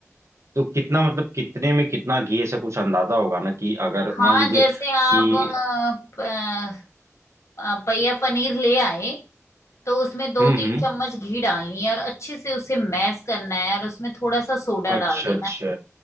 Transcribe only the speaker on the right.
तो कितना मतलब कितने में कितना घी ऐसा कुछ अंदाजा होगा ना कि अगर
मान लीजिए
कि
हम्म
हम्म
अच्छा
अच्छा